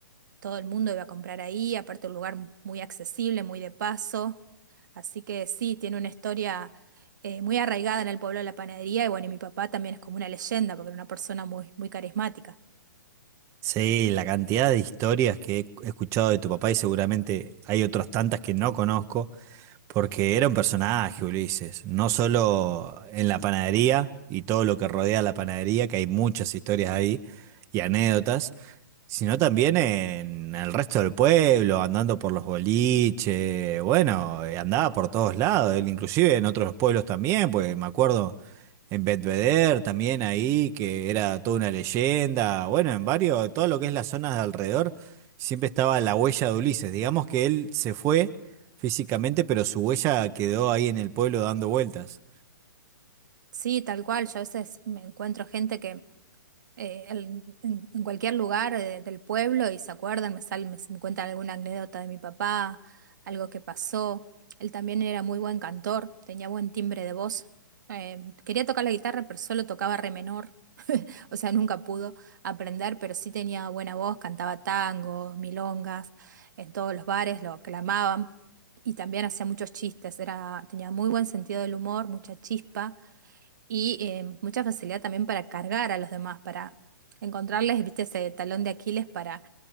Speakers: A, on the right; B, on the right.
A: todo el mundo iba a comprar ahí, aparte un lugar muy accesible, muy de paso. Así que sí, tiene una historia eh, muy arraigada en el pueblo de la panadería y bueno, y mi papá también es como una leyenda porque era una persona muy, muy carismática.
B: Sí, la cantidad de historias que he escuchado de tu papá y seguramente hay otras tantas que no conozco, Porque era un personaje, Ulises, no solo en la panadería y todo lo que rodea la panadería, que hay muchas historias ahí y anécdotas, sino también en el resto del pueblo, andando por los boliches, bueno, eh, andaba por todos lados, él inclusive en otros pueblos también, pues me acuerdo en Bedveder también ahí, que era toda una leyenda, bueno, en varios, todo lo que es las zonas de alrededor, siempre estaba la huella de Ulises, digamos que él se fue físicamente, pero su huella quedó ahí en el pueblo dando vueltas.
A: Sí, tal cual, yo a veces me encuentro gente que eh, al- en, en cualquier lugar eh, del pueblo y se acuerdan, me salen, me, me cuentan alguna anécdota de mi papá, algo que pasó. Él también era muy buen cantor, tenía buen timbre de voz. Eh, quería tocar la guitarra, pero solo tocaba re menor. <laughs> O sea, nunca pudo aprender, pero sí tenía buena voz, cantaba tangos, milongas, en todos los bares lo aclamaban y también hacía muchos chistes, era, tenía muy buen sentido del humor, mucha chispa y eh, mucha facilidad también para cargar a los demás, para encontrarles, viste, ese talón de Aquiles para,